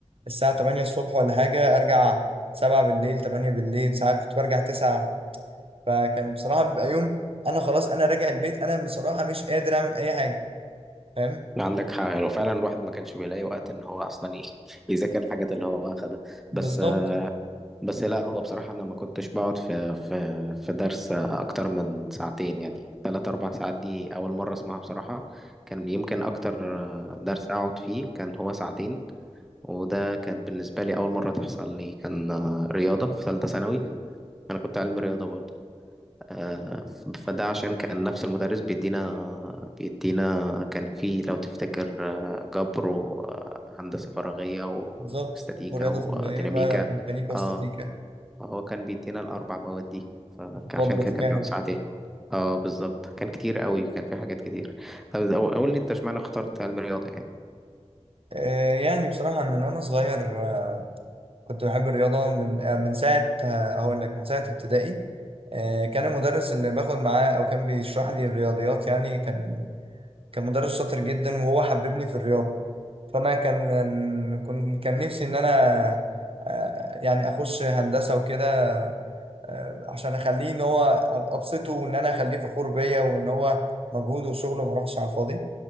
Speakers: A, on the right (about 55°); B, in the centre.
A: الساعة 8 الصبح ولا حاجة أرجع 7 بالليل 8 بالليل ساعات كنت برجع 9 فكان بصراحة بيبقى يوم أنا خلاص أنا راجع البيت أنا بصراحة مش قادر أعمل أي حاجة فاهم
B: لا، عندك حق لو فعلا الواحد ما كانش بيلاقي وقت إن هو أصلا ي- يذاكر الحاجات اللي هو أخدها
A: بالظبط
B: بس آه، بس لا هو بصراحة أنا ما كنتش بقعد في في في درس أكتر من ساعتين يعني تلات أربع ساعات دي أول مرة أسمعها بصراحة كان يمكن أكتر آه، درس أقعد فيه كان هو ساعتين وده كان بالنسبة لي أول مرة تحصل لي كان آه، رياضة في ثالثة ثانوي أنا كنت علمي رياضة برضه آه، ف- فده عشان كان نفس المدرس بيدينا بيدينا كان في لو تفتكر آه، جبر وهندسة فراغية و-
A: بالظبط
B: واستاتيكا
A: ورياضة
B: وديناميكا
A: تطبيقية بقى ميكانيكا واستاتيكا
B: اه هو كان بيدينا الأربع مواد دي فعشان
A: فضل
B: كده
A: تكامل
B: كان بيقعد ساعتين اه بالظبط كان كتير قوي كان في حاجات كتير طب أو- قول لي انت اشمعنى اخترت علم الرياضة يعني
A: آه يعني بصراحة من وأنا صغير آه كنت بحب الرياضة من آه من ساعة آه، هقول لك من ساعة ابتدائي آه، كان المدرس اللي باخد معاه او كان بيشرح لي الرياضيات يعني كان كان مدرس شاطر جدا وهو حببني في الرياضه فانا كان كنت كان نفسي ان انا آه، يعني اخش هندسه وكده آه، عشان اخليه ان هو أب- ابسطه وان انا اخليه فخور بيا وان هو مجهوده وشغله ما راحش على الفاضي